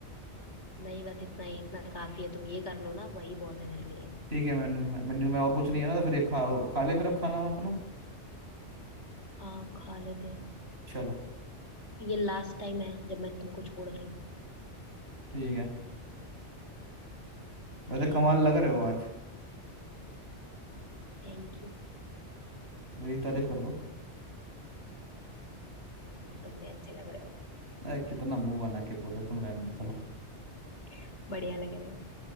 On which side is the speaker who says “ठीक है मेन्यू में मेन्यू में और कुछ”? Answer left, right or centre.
Right